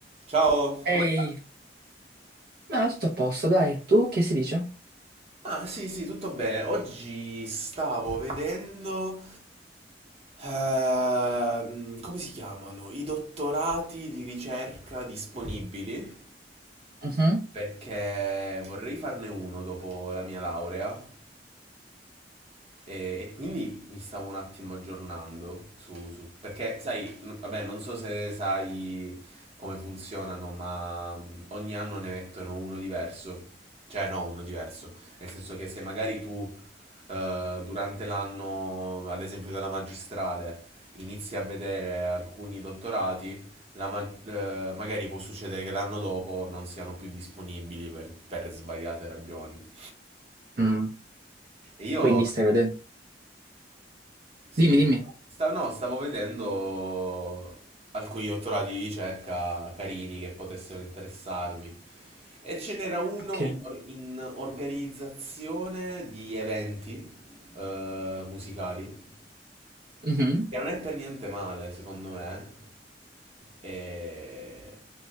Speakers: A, on the right; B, on the right.
A: Ciao!
B: Ehi,
A: Come sta?
B: ma tutto a posto, dai. Tu che si dice?
A: Ah, sì, sì, tutto bene. Oggi stavo vedendo... ehm, come si chiamano? I dottorati di ricerca disponibili,
B: Mhm.
A: perché vorrei farne uno dopo la mia laurea E, e quindi mi stavo un attimo aggiornando su, su- perché sai, n- vabbè, non so se sai come funzionano, ma mh, ogni anno ne mettono uno diverso. Cioè, no, uno diverso. Nel senso che se magari tu eh, durante l'anno, ad esempio della magistrale, inizi a vedere alcuni dottorati, la ma- eh, magari può succedere che l'anno dopo non siano più disponibili per per svariate ragioni.
B: Mm,
A: E io
B: Quindi
A: Mm.
B: stai vedendo?
A: Sì,
B: Dimmi, dimmi.
A: sta- no, stavo vedendo alcuni dottorati di ricerca carini che potessero interessarmi. E ce n'era uno
B: Ok.
A: in, or- in organizzazione di eventi eh, musicali.
B: Mhm.
A: Che non è per niente male, secondo me. E